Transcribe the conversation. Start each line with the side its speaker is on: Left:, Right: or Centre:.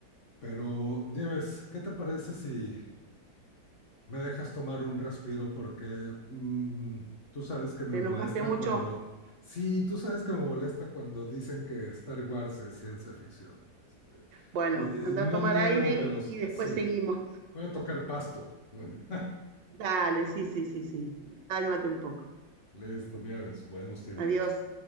Left: Pero, Nieves, ¿qué te parece si me dejas tomar un respiro? Porque mm, tú sabes que me
Right: ¿Te
Left: molesta
Right: enojaste mucho?
Left: cuando, sí, tú sabes que me molesta cuando dicen que Star Wars es ciencia ficción.
Right: Bueno,
Left: Eh,
Right: anda
Left: eh, no
Right: a tomar
Left: niego
Right: aire
Left: que los,
Right: y después
Left: sí,
Right: seguimos.
Left: voy a tocar pasto. <laughs>
Right: Dale, sí, sí, sí, sí. Cálmate un poco.
Left: Listo, Nieves, buenos tiempos.
Right: Adiós.